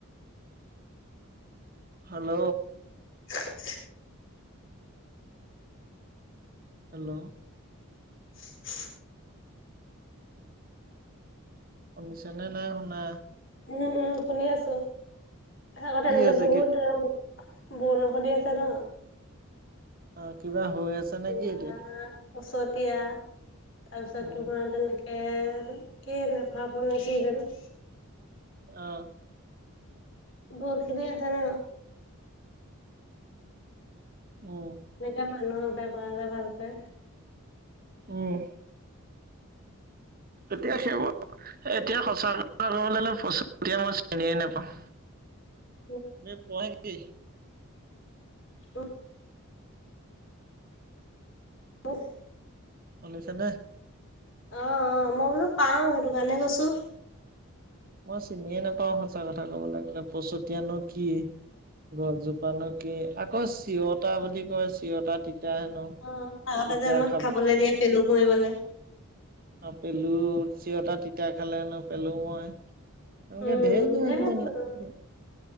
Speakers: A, on the right; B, on the left.
A: হেল্ল'।
B: <unintelligible>
A: হেল্ল'।
B: <unintelligible>
A: শুনিছা নে নাই শুনা।
B: উম, উম শুনি আছোঁ আগত
A: কি
B: এনেকে
A: হৈছে
B: বহুত
A: কি
B: টাইম। বৰষুণ দি আছে ন।
A: অ', কিবা হৈ আছে। নে
B: তোমাৰ
A: কি এতিয়া
B: পছতীয়া তাৰপিছত
A: উম
B: তোমাৰ তেনেকে এন কি নেফাফু নে কি জানো।
A: অ'।
B: বল খেলি আছা ন।
A: উম।
B: যেতিয়া মানুহৰ বাবে কৰা যায় ভাল পায়।
A: উম। এতিয়া সেইবোৰ এতিয়া সঁচা কথা ক'বলৈ গলে প্ৰচতিয়া মই চিনিয়ে নেপাওঁ।
B: <inaudible>
A: এই পঢ়ে কি?
B: উ। <unintelligible>
A: শুনিছেনে।
B: অ', অ', মই বোলো পাওঁ সেইটো কাৰণে কৈছোঁ।
A: মই চিনিয়ে নাপাও সঁচা কথা ক'ব লাগিলে পছতীয়ানো কি? গছজোপানো কি আকৌ চিৰতা বুলি কয় চিৰতা তিতা হেনো।
B: অ', আগতে
A: তিতা
B: যে আমাক
A: খাব
B: খাবলৈ দিয়ে পেলু মৰিবলৈ।
A: আৰু পেলু চিৰতা তিতা খালে ন পেলু মৰে। এনেকে
B: উম
A: ঢেৰ কিবা
B: ধেৰ
A: কিবি
B: আছে
A: আনিলে